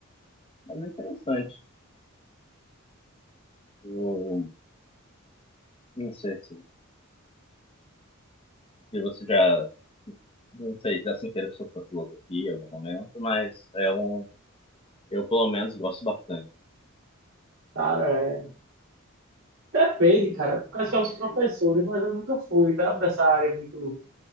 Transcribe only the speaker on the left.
Mas é interessante. Eu não sei se, se você já, não sei, já se interessou por filosofia em algum momento, mas é um, eu pelo menos gosto bastante.